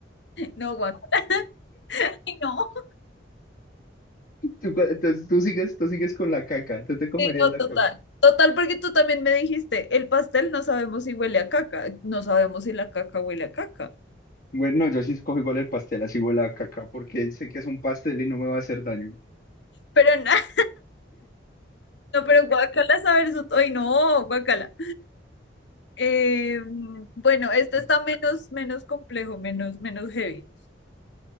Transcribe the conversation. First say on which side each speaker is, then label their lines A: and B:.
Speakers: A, on the left (about 75°); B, on the left (about 50°).
A: No, guacala. <laughs> Ay, no.
B: Tú cu- entonces tú sigues, tú sigues con la caca, tú te comerías
A: Sí, no,
B: la
A: total.
B: caca.
A: Total, porque tú también me dijiste, el pastel no sabemos si huele a caca, no sabemos si la caca huele a caca.
B: Bueno, no, yo sí escojo igual el pastel, así huele a caca, porque sé que es un pastel y no me va a hacer daño.
A: Pero nada, <laughs> no, pero guacala saber eso, ay no, guacala. Eh, bueno, este
B: Ah,
A: está menos, menos complejo, menos, menos heavy.